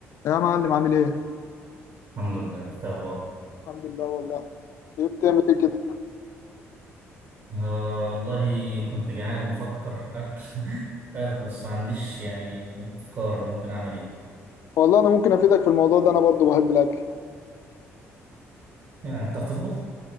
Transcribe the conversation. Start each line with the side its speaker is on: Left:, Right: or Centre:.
Left: يا معلم عامل ايه؟
Right: الحمد لله انت إيه اخبارك
Left: الحمد لله والله ايه بتعمل ايه كده
Right: آه والله كنت جعان وبفكر اكل <laughs> اكل بس ما عنديش يعني افكار ممكن اعمل ايه
Left: والله انا ممكن افيدك في الموضوع ده انا برضو بحب الاكل
Right: يعني بتعرف تطبخ